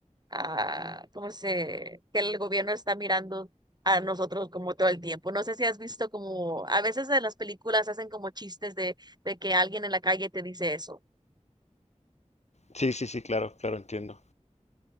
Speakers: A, on the right (about 35°); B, on the left (about 60°).
A: ah, ¿cómo se, que el gobierno está mirando a nosotros como todo el tiempo. No sé si has visto como, a veces en las películas hacen como chistes de, de que alguien en la calle te dice eso.
B: Sí, sí, sí, claro, claro, entiendo.